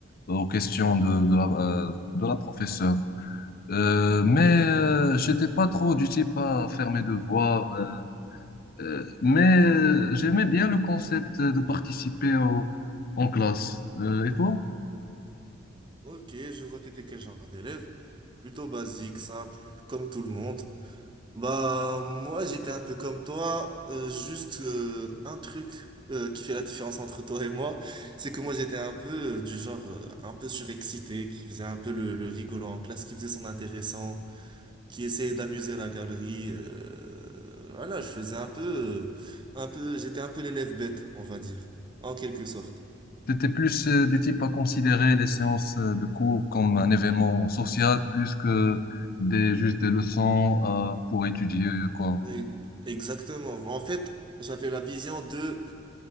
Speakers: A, on the left (about 50°); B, on the right (about 25°).
A: aux questions de, de la, euh, de la professeure. Euh, mais euh, j'étais pas trop du type à faire mes devoirs. euh, euh, mais euh, j'aimais bien le concept de participer au- en classe. Euh, et toi?
B: Ok, je vois t'étais quel genre d'élève? Plutôt basique, simple, comme tout le monde. Bah, moi, j'étais un peu comme toi, euh, juste euh, un truc euh, qui fait la différence entre toi et moi, c'est que moi, j'étais un peu euh, du genre euh, un peu surexcité, qui faisait un peu le, le rigolant en classe, qui faisait son intéressant, qui essayait d'amuser la galerie. euh, voilà, je faisais un peu, euh, un peu, j'étais un peu l'élève bête, on va dire, en quelque sorte.
A: T'étais plus euh, du type à considérer les séances euh, de cours comme un événement social plus que des, juste des leçons à- pour étudier, quoi.
B: Oui, Exactement. En fait, j'avais la vision de